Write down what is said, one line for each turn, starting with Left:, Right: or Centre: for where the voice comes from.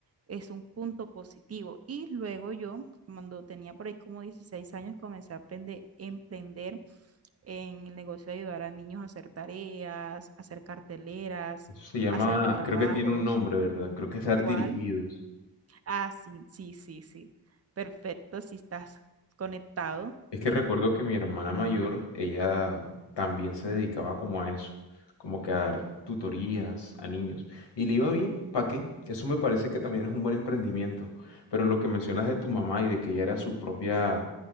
Right: es un punto positivo. Y luego yo, cuando tenía por ahí como 16 años, comencé a aprender, emprender en el negocio de ayudar a niños a hacer tareas, hacer carteleras,
Left: Eso se llama,
Right: hacer trabajos.
Left: creo que tiene un nombre, ¿verdad? Creo que es dar
Right: ¿Cuál?
Left: dirigidos.
Right: Ah, sí, sí, sí, sí. Perfecto, si estás conectado,
Left: Es que recuerdo que mi hermana mayor, ella también se dedicaba como a eso, como que a dar tutorías a niños. Y le iba bien, ¿para qué? Eso me parece que también es un buen emprendimiento. Pero lo que mencionas de tu mamá y de que ella era su propia